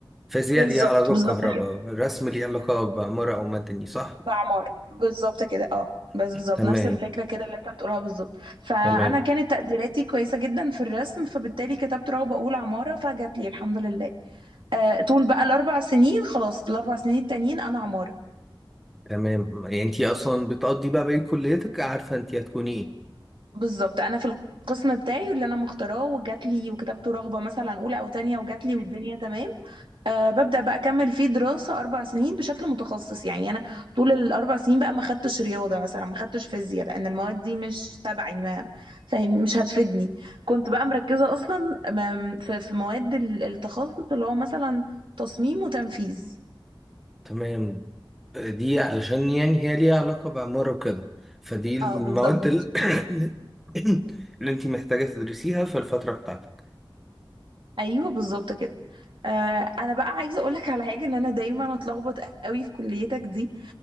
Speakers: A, in the centre; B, on the right.
A: فيزياء
B: بالظبط
A: ليها علاقة
B: بالظبط
A: بكهرباء
B: كده
A: رسم ليه علاقة بعمارة أو مدني صح؟
B: بعمار بالظبط كده اه بس بالظبط
A: تمام
B: نفس الفكره كده اللي انت بتقولها بالظبط فانا
A: تمام
B: كانت تقديراتي كويسه جدا في الرسم فبالتالي كتبت رغبه اولى عماره فجات لي الحمد لله آه، طول بقى الاربع سنين خلاص الاربع سنين التانيين انا عماره
A: تمام يعني أنت أصلا بتقضي بقى بقية كليتك عارفة أنت هتكوني إيه
B: بالظبط انا في القسم بتاعي واللي انا مختاراه وجات لي وكتبت رغبه مثلا اولى او تانية وجات لي والدنيا تمام أه ببدأ بقى أكمل فيه دراسة أربع سنين بشكل متخصص يعني أنا طول الأربع سنين بقى ما خدتش رياضة مثلا ما خدتش فيزياء لأن المواد دي مش تبعي ما فاهم مش هتفيدني كنت بقى مركزة أصلا م- في في مواد ال- التخصص اللي هو مثلا تصميم وتنفيذ
A: تمام دي علشان يعني هي ليها علاقة بعمارة وكده فدي المواد
B: اه بالظبط
A: ال- <coughs> اللي أنت محتاجة تدرسيها في الفترة بتاعتك
B: أيوه بالظبط كده أه أنا بقى عايزة أقولك على حاجة إن أنا دايما أتلخبط قوي في كليتك دي